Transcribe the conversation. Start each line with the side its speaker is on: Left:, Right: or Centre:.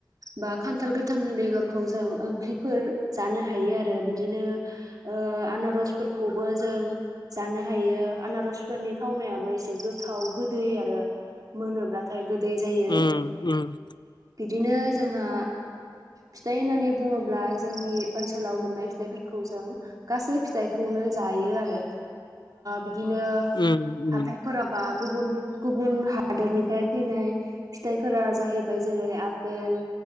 Right: बा खान्थाल गोथांनि बेगरखौ जों ओंख्रिफोर जानो हायो आरो बिदिनो ओ आनारसफोरखौबो जों जानो हायो आनारसफोरनि थावनायाबो एसे गोथाव गोदै आरो मोनोब्लाथाय गोदै जायो
Left: उम उम
Right: बिदिनो जोंहा फिथाइ होननानै बुङोब्ला जोंनि ओनसोलाव मोननाय फिथाइफोरखौ जों गासै फिथाइखौनो जायो आरो बिदिनो
Left: उम उम
Right: हाथायफोराव बा गुबुन गुबुन हादोरनिफ्राय फैनाय फिथाइफोरा जाहैबाय जेरै आपेल